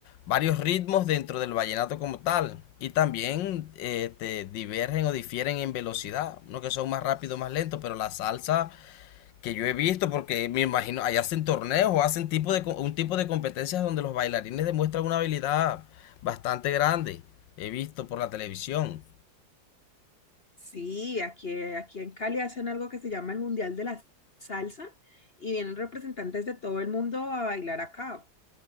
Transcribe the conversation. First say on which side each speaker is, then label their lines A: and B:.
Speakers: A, on the left; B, on the left.
A: varios ritmos dentro del vallenato como tal. Y también eh, este, divergen o difieren en velocidad, unos que son más rápidos, más lentos, pero la salsa que yo he visto, porque me imagino, allá hacen torneos o hacen tipo de, co- un tipo de competencias donde los bailarines demuestran una habilidad bastante grande. He visto por la televisión.
B: Sí, aquí, aquí en Cali hacen algo que se llama el Mundial de la Salsa y vienen representantes de todo el mundo a bailar acá,